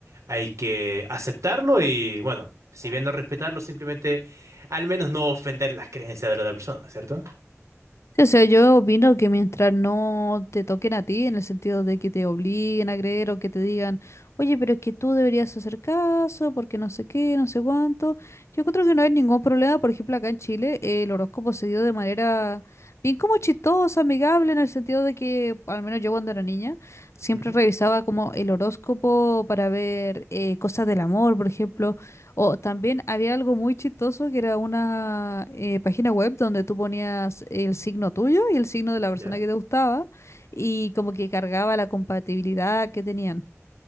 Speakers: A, on the right; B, on the left.
A: hay que aceptarlo y, bueno, si bien no respetarlo, simplemente al menos no ofender las creencias de la otra persona, ¿cierto?
B: Sí, o sea, yo opino que mientras no te toquen a ti, en el sentido de que te obliguen a creer o que te digan, oye, pero es que tú deberías hacer caso porque no sé qué, no sé cuánto, yo creo que no hay ningún problema. Por ejemplo, acá en Chile eh, el horóscopo se dio de manera bien como chistosa, amigable, en el sentido de que, al menos yo cuando era niña, siempre
A: Ujú,
B: revisaba como el horóscopo para ver eh, cosas del amor, por ejemplo o también había algo muy chistoso que era una eh, página web donde tú ponías el signo tuyo y el signo de la persona
A: ya.
B: que te gustaba y como que cargaba la compatibilidad que tenían.